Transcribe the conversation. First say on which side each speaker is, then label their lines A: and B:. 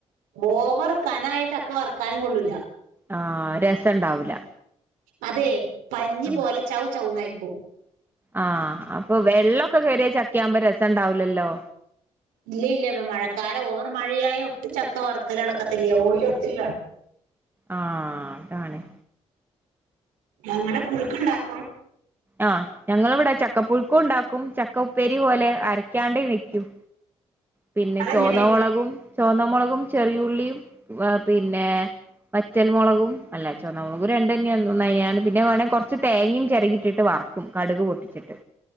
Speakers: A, on the right (about 90°); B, on the right (about 15°).
A: ഓവർ കനായിട്ടുള്ള ചക്ക വറക്കാനും കൊള്ളൂല്ല
B: ആഹ രസം ഉണ്ടാവൂല
A: അതെ പഞ്ഞി
B: ആഹ്
A: പോലെ ചൗ ചൗന്നായിപ്പോ
B: ആഹ് അപ്പൊ വെള്ളമൊക്കെ കയറിയ ചക്ക ആകുമ്പോ രസം ഉണ്ടാവുലല്ലോ
A: ഇല്ല ഇല്ല മഴക്കാലം ഓവർ മഴയായ ഒട്ടുംച്ചക്ക വറക്കല നടക്കത്തില്ലേ ഓയിൽ ഒത്തിരി വേണം
B: ആഹ അതാണ്
A: ഞങ്ങളു പുഴുക്ക ഉണ്ടാക്കും
B: ആഹ് ഞങ്ങിവിടെ ചക്കപ്പുഴുക്കും ഉണ്ടാക്കും ചക്ക ഉപ്പേരി പോലെ അരക്കാണ്ട വെക്കും പിന്നെ
A: അതെങ്ങനെ
B: ചുവന്നമുളകും ചുവന്നമുളകും ചെറിയുള്ളിയും പിന്നെ മറ്റൽമുളകും അല്ല ചുവന്നമളകും രണ്ട് തന്നെയ ഒന്ന അനെയാണ് പിന്നെ വേണമങ്കിൽ കുറച്ച് തേങ്ങയും ചിരകിട്ടിട്ട് വറക്കും കടുക് പൊട്ടിച്ചിട്ട്.